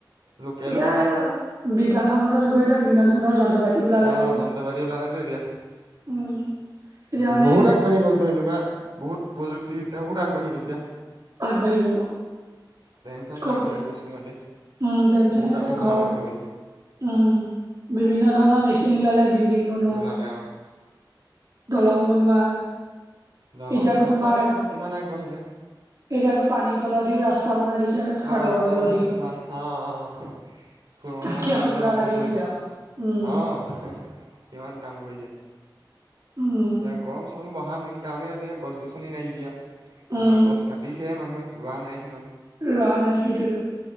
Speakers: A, on the right; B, on the right.
A: লোকেলো
B: এতিয়া
A: পাবা
B: এয়া বিজ্ঞানসন্মত যুগত এতিয়া বিভিন্ন ধৰণৰ যন্ত্ৰ পাতি ওলালে
A: অঁ
B: আৰু
A: যন্ত্ৰবতি ওলালে টো এতিয়া উ
B: উম এতিয়া মানে
A: বহুত আগবাঢ়ি গলতো এনেকুৱা বহুত প্ৰুজোক্তিবিদ্যআঁ বহুত আগবাঢ়ি গল এতিয়া
B: আগবাঢ়ি গল অ
A: টেনচন
B: কব
A: নাই মানে বস্তু পাতি
B: উম টেনচনে
A: বহুত
B: নাই
A: উদ্ভাৱন
B: ঘৰ
A: হৈ গ'ল
B: উম বিভিন্ন ধৰণৰ মেচিন ওলালে বিল্ডিং বনোৱা
A: ভালে আও
B: দলং বনোৱা
A: দলং
B: এতিয়াতো
A: চলং
B: তোমাৰ
A: বা ধৰি কিমান আগবাঢ়িলে
B: এতিয়াতো পানীৰ তলৰ দিও ৰাস্তা বনাই দিছে সাগৰৰ
A: অ ৰাস্তা
B: তলদি।
A: বনাই আছে তোমাৰ অ অ সুৰংগ
B: তাতকে
A: বনাবলৈ
B: আৰু কিবা
A: আৰম্ভ
B: লাগে
A: কৰিব
B: নেকি আৰু? উম,
A: অ কিমান কাম কৰিছে
B: উম,
A: এতিয়া গৰম চৰমো বঢ়াৰ মেইন কাৰণেই হৈছে গছ গছনি নাইকিয়া
B: উম।
A: তোমাৰ গছ কাটিছেহে মানুহে ৰোৱা নাই সিমান
B: ৰোৱা নাই সেইটোৱেই টো